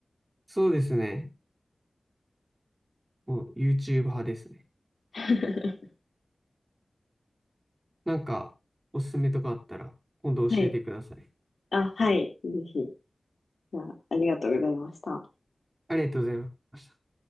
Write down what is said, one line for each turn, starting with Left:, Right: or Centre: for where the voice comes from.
Right: そうですね。もう YouTube 派ですね。
Left: <laughs>
Right: なんか、おすすめとかあったら、今度教えてください。
Left: はい。あ、はい。ぜひ。じゃあ、ありがとうございました。
Right: ありがとうございました。